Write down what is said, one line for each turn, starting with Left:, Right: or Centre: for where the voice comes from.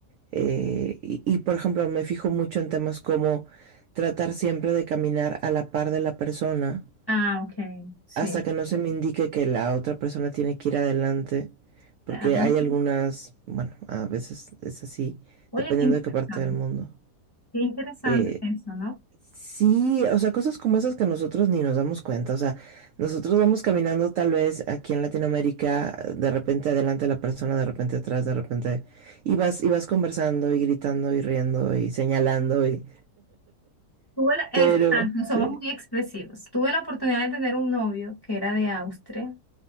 Right: Eh, y, y, por ejemplo, me fijo mucho en temas como tratar siempre de caminar a la par de la persona
Left: Ah, ok, sí.
Right: hasta que no se me indique que la otra persona tiene que ir adelante, porque
Left: Ajá.
Right: hay algunas, bueno, a veces es así,
Left: Oye,
Right: dependiendo
Left: qué interesante.
Right: de qué parte del mundo.
Left: Qué interesante
Right: Eh,
Left: eso, ¿no?
Right: Sí, o sea, cosas como esas que nosotros ni nos damos cuenta. O sea, nosotros vamos caminando tal vez aquí en Latinoamérica, de repente adelante la persona, de repente atrás, de repente, y vas, y vas conversando y gritando y riendo y señalando y,
Left: Tuve la-
Right: pero,
Left: Exacto,
Right: sí,
Left: somos muy expresivos. Tuve la oportunidad de tener un novio que era de Austria